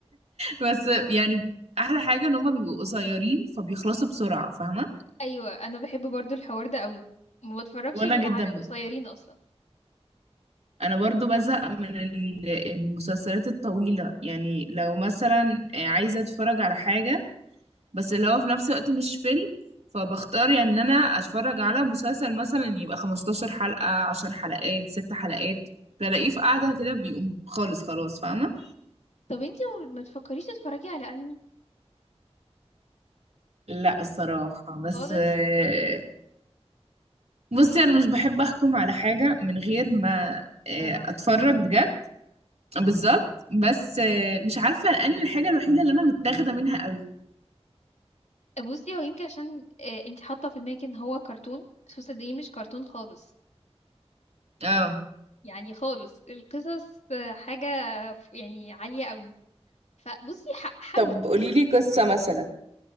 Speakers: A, on the right (about 70°); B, on the left (about 80°).
A: بس يعني احلى حاجه ان هما بيبقوا قصيرين فبيخلصوا بسرعه فاهمه
B: ايوه انا بحب برضو الحوار ده قوي ما بتفرجش
A: وانا
B: غير
A: جدا
B: على القصيرين اصلا
A: انا برضو بزهق من ال- المسلسلات الطويلة يعني لو مثلا آه، عايزة اتفرج على حاجة بس اللي هو في نفس الوقت مش فيلم فبختار يعني ان انا اتفرج على مسلسل مثلا يبقى 15 حلقة 10 حلقات 6 حلقات بلاقيه في قعدة كده بيقوم خالص خلاص فاهمة
B: طب انتي ما ما تفكريش تتفرجي على انمي
A: لا الصراحة بس
B: خالص
A: آه، بصي انا مش بحب احكم على حاجة من غير ما آه،
B: تجربي
A: اتفرج بجد بالظبط بس آه، مش عارفة الانمي الحاجة الوحيدة اللي انا متاخدة منها قوي
B: بصي هو يمكن عشان آه، انتي حاطه في دماغك ان هو كرتون بس هو صدقيني مش كرتون خالص
A: اه
B: يعني خالص القصص حاجة ف- يعني عالية قوي فبصي ح- حاولي
A: طب قولي لي قصة مثلا